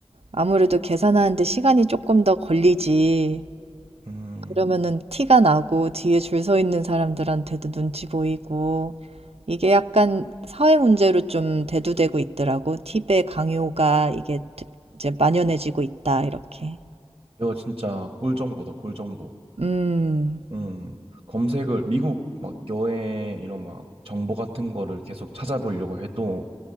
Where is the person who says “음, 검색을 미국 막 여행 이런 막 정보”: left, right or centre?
Right